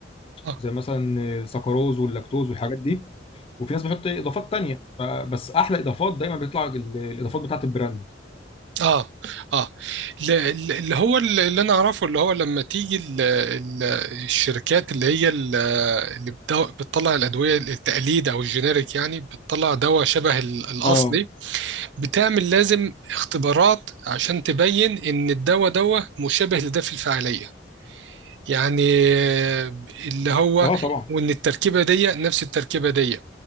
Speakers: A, on the right; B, on the left.
A: أه
B: زي مثلا سكروز واللاكتوز والحاجات دي وفي ناس بتحط إيه اضافات تانية ف- بس احلى اضافات دايما بيطلع ال- الاضافات بتاعت البراند
A: اه اه ل- ل- اللي هو ال- اللي انا اعرفه اللي هو لما تيجي ال- ال- الشركات اللي هي ال- اللي بتدو- بتطلع الادويه التقليد او الجينيريك يعني بتطلع دواء شبه ال- الاصلي
B: اه
A: بتعمل لازم اختبارات عشان تبين ان الدواء دواء مشابه لده في الفعاليه يعني آه، اللي هو
B: اه طبعا
A: وان التركيبه دي نفس التركيبه دي